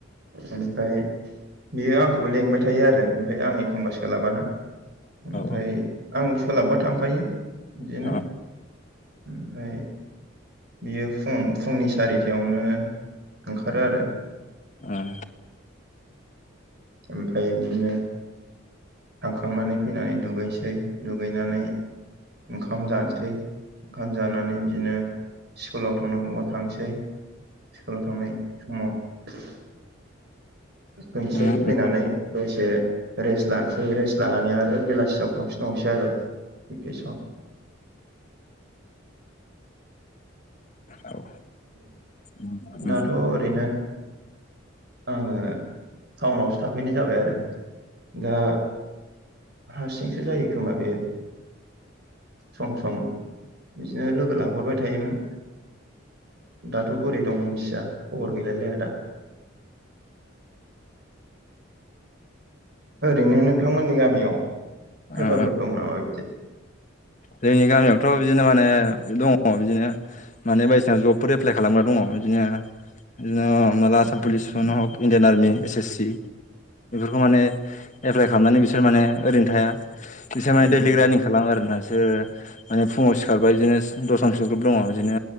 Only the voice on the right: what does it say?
ओमफ्राय बेयो आंखौबो लेंबाय थायो आरो ओमफ्राय आं एखमबा सोलाबाना ओमफ्राय
आं सोलाबबा थांफायो बिदिनो
ओमफ्राय बियो फुं फुंनि सारिथायावनो ओंखारो आरो
ओमफाय बिदिनो थांखांनानै फैनानै दुगैनोसै दुगैनानै ओंखाम जानोसै ओंखाम जानानै बिदिनो स्कुलाव थांनांगौबा थांसै स्कुलाव थांनाय समाव फैसै
फैनानै
दसे रेस्ट लानोसै रेस्ट लानानै आरो बेलासियाव थांफिनबावनोसै आरो <unintelligible>
दाथ ओरैनो आंङो टाउनावसो थाफैनाय जाबाय आरो दा हारसिंसो जायो खोमा बे सम सम बिदिनो लोगो लाहरबाय थायोमोन। दाथ' बोरै दं मिथिया खबर गैलायलाया दा ओरैनो नोंथांमोननि गामियाव सोरबाफोर
दं नामा बिदि
उम
उम